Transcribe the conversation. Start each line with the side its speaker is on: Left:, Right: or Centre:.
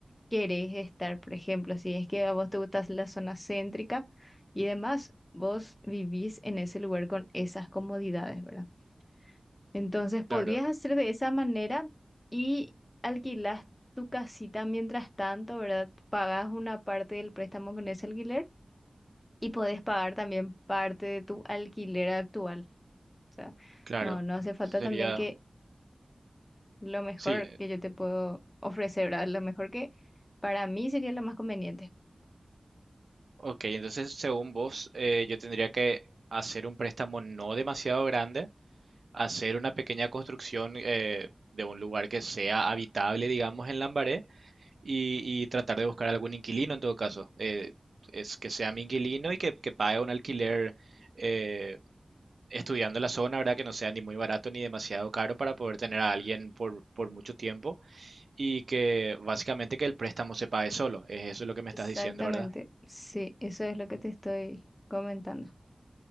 Left: querés estar, por ejemplo, si es que a vos te gusta la zona céntrica y demás, vos vivís en ese lugar con esas comodidades, ¿verdad? Entonces podrías
Right: Claro,
Left: hacer de esa manera y alquilás tu casita mientras tanto, ¿verdad? Pagás una parte del préstamo con ese alquiler y podés pagar también parte de tu alquiler actual. O sea,
Right: claro,
Left: no, no hace falta
Right: eso sería...
Left: también que lo mejor
Right: Sí, eh,
Left: que yo te puedo ofrecer, ¿verdad? Lo mejor que para mí sería lo más conveniente
Right: ok, entonces según vos, eh, yo tendría que hacer un préstamo no demasiado grande, hacer una pequeña construcción eh, de un lugar que sea habitable, digamos, en Lambaré Y, y tratar de buscar algún inquilino en todo caso. Eh, es que sea mi inquilino y que, que pague un alquiler eh, estudiando la zona, ¿verdad? Que no sea ni muy barato ni demasiado caro para poder tener a alguien por, por mucho tiempo y que básicamente que el préstamo se pague solo. Es eso es lo que me
Left: Exactamente,
Right: estás diciendo, ¿verdad?
Left: sí, eso es lo que te estoy comentando.